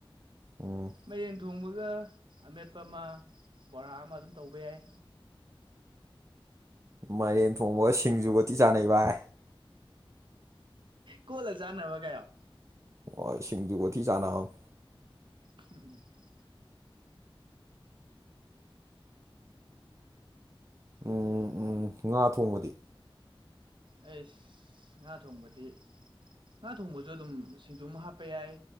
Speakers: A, on the right; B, on the right.
A: ꯎꯝ
B: ꯃꯥꯏꯔꯦꯟ ꯊꯣꯡꯕꯒ ꯑꯃꯦꯠꯄ ꯑꯃ ꯕꯣꯔꯥ ꯑꯃ ꯑꯗꯨꯝ ꯇꯧꯕ ꯌꯥꯏ
A: ꯃꯥꯏꯔꯦꯟ ꯊꯣꯡꯕꯒ ꯁꯤꯡꯖꯨꯒ ꯊꯤ ꯆꯥꯟꯅꯩ ꯚꯥꯏ
B: ꯀꯣꯠꯂꯥ ꯆꯥꯅꯕ ꯀꯥꯏꯌꯣ
A: ꯍꯣꯏ ꯁꯤꯡꯖꯨꯒ ꯊꯤ ꯆꯥꯅꯕꯅꯤ
B: <unintelligible>
A: ꯎꯝ ꯎꯝ ꯉꯥ ꯊꯣꯡꯕꯗꯤ
B: ꯑꯩꯁ ꯉꯥ ꯊꯣꯡꯕꯗꯤ ꯉꯥ ꯊꯣꯡꯕꯖꯨ ꯑꯗꯨꯝ ꯁꯤꯡꯖꯨ ꯑꯃ ꯍꯥꯞꯄ ꯌꯥꯏ